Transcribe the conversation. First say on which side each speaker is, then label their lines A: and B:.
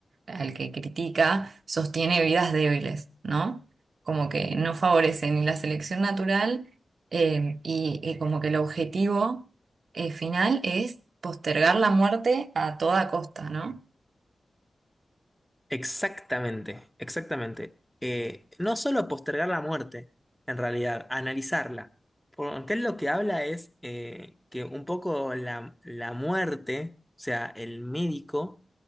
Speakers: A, on the right; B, in the centre.
A: al que critica, sostiene vidas débiles, ¿no? Como que no favorece ni la selección natural eh, y, y como que el objetivo eh, final es postergar la muerte a toda costa, ¿no?
B: Exactamente, exactamente. Eh, no solo postergar la muerte, en realidad, analizarla. Porque él lo que habla es eh, que un poco la, la muerte, o sea, el médico,